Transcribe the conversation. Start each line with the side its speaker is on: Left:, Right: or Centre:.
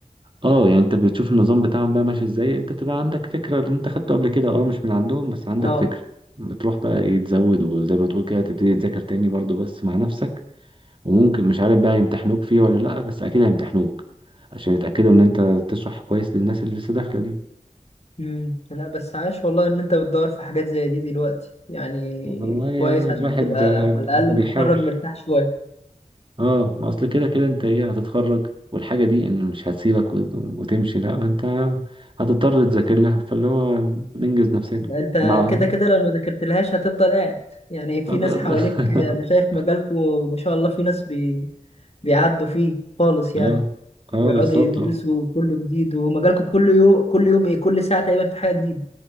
Right: اه يعني انت بتشوف النظام بتاعهم بقى ماشي ازاي انت بتبقى عندك فكرة اللي انت خدته قبل كده اه مش من عندهم بس عندك
Left: اه
Right: فكرة بتروح بقى ايه تزود وزي ما تقول كده تبتدي تذاكر تاني برضو بس مع نفسك وممكن مش عارف بقى يمتحنوك فيه ولا لأ بس اكيد هيمتحنوك عشان يتأكدوا ان انت تشرح كويس للناس اللي لسه داخلة دي
Left: امم لا بس عاش والله إن أنت بتدور في حاجات زي دي دلوقتي يعني
Right: والله يا
Left: كويس عشان
Right: الواحد
Left: تبقى
Right: آه،
Left: على الأقل
Right: بيحاول
Left: متخرج مرتاح شوية
Right: اه ما اصل كده كده انت ايه هتتخرج والحاجة دي ان مش هتسيبك وت- وتمشي لأ انت هتضطر تذاكر لها فاللي هو ننجز نفسنا
Left: أنت
Right: مع
Left: كده كده لو ما ذاكرتلهاش هتفضل قاعد يعني في
Right: اه ب-
Left: ناس حواليك
Right: ب-
Left: أنا شايف
Right: <laughs>
Left: مجالكوا ما شاء الله في ناس بي... بيعدوا فيه خالص يعني
Right: اه اه
Left: بيقعدوا
Right: بالظبط
Left: يدرسوا
Right: اه
Left: كله جديد ومجالكم كل يوم كل يوم ايه كل ساعة تقريبا في حاجة جديدة